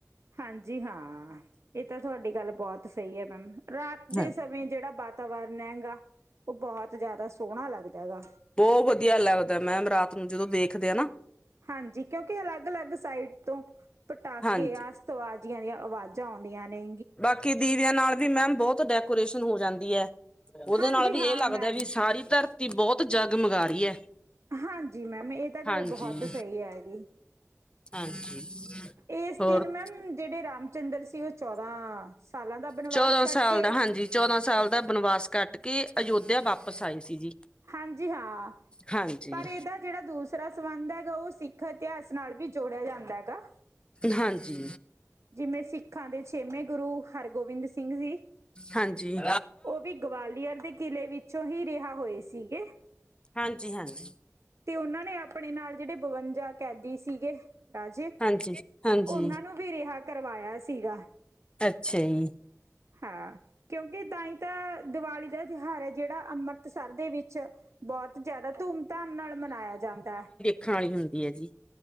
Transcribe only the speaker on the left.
ਹਾਂ
ਬੋਤ ਵਧੀਆ ਲਗਦਾ ਮੈਮ ਰਾਤ ਨੂੰ ਜਦੋਂ ਦੇਖਦੇ ਆ ਨਾ-
ਹਾਂਜੀ
ਬਾਕੀ ਦੀਵਿਆਂ ਨਾਲ ਵੀ ਮੈਮ ਬੋਤ ਡੈਕੋਰੇਸ਼ਨ ਹੋ ਜਾਂਦੀ ਐ। ਉਦੇ
ਨਾਲ ਵੀ
ਏ ਲੱਗਦਾ
ਵੀ ਸਾਰੀ ਧਰਤੀ ਬੋਤ ਜਗਮਗਾ ਰਹੀ ਐ।
ਹਾਂਜੀ,
ਹਾਂਜੀ
ਹੋਰ
ਚੌਦਾਂ
ਸਾਲ
ਦਾ ਹਾਂਜੀ ਚੌਦਾਂ ਸਾਲ ਦਾ ਬਨਵਾਸ ਕੱਟ ਕੇ ਅਯੋਧਿਆ ਵਾਪਿਸ ਆਏ ਸੀ ਜੀ।
ਹਾਂਜੀ,
ਹਾਂਜੀ,
ਹਾਂਜੀ।
ਹਾਂਜੀ,
ਹਾਂਜੀ-ਹਾਂਜੀ।
ਹਾਂਜੀ, ਹਾਂਜੀ
ਅੱਛਾ ਜੀ।
ਖਾਨੀ ਹੁੰਦੀ ਏ ਜੀ।